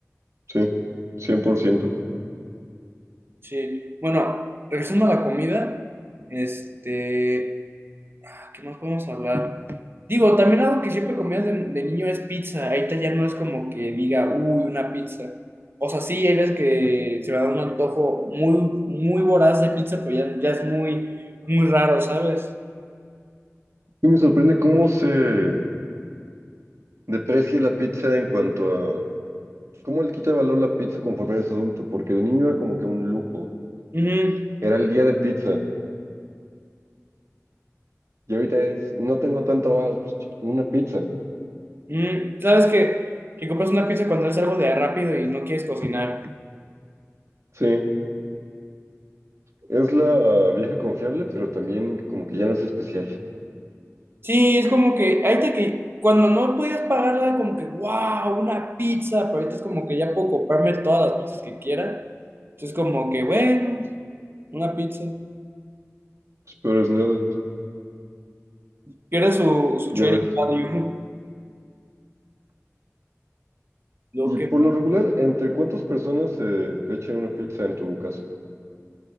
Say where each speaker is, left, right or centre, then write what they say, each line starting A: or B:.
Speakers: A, on the right (about 65°); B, on the right (about 45°).
A: sí, 100%.
B: Sí. Bueno, regresando a la comida, este, ah, ¿qué más podemos hablar? Digo, también algo que siempre comías de, de niño es pizza. Ahorita ya no es como que diga, uy, una pizza. O sea, sí, hay veces que se me da un antojo muy, muy voraz de pizza, pero ya, ya es muy, muy raro, ¿sabes?
A: Y me sorprende cómo se deprecia la pizza en cuanto a cómo le quita valor la pizza conforme eres adulto, porque de niño era como que un lujo,
B: Ujú.
A: era el día de pizza, y ahorita es, no tengo tanto valor, pues ching, una pizza.
B: Mm, ¿sabes qué? Que compras una pizza cuando es algo de rápido y no quieres cocinar.
A: Sí, es la vieja confiable, pero también como que ya no es especial.
B: Sí, es como que ahorita que cuando no podías pagarla, como que, wow, una pizza, pero ahorita es como que ya puedo comprarme todas las pizzas que quiera. Entonces, como que, bueno, una pizza.
A: Pues peor es nada.
B: Pierde su, su
A: Y
B: trading
A: a ver,
B: value. <laughs> Lo
A: y
B: que
A: por lo regular, ¿entre cuántas personas se echan una pizza en tu caso?